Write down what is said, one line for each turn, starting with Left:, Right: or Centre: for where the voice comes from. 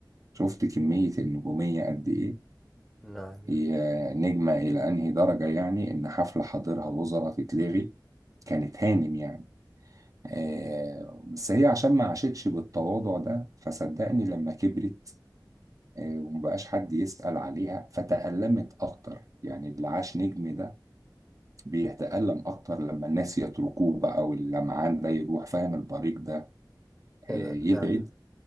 Right: شفت كمية النجومية قد إيه
Centre: نعم
Right: هي
Centre: نعم
Right: نجمة إلى أنهي درجة يعني إن حفلة حاضرها وزراء تتلغي كانت هانم يعني آه، بس هي عشان ما عاشتش بالتواضع ده فصدقني لما كبرت آه، ومبقاش حد يسأل عليها فتألمت أكتر يعني اللي عاش نجم ده بيتألم أكتر لما الناس يتركوه بقى واللمعان ده يروح فاهم البريق ده
Centre: كما
Right: آه، يبعد
Centre: نعم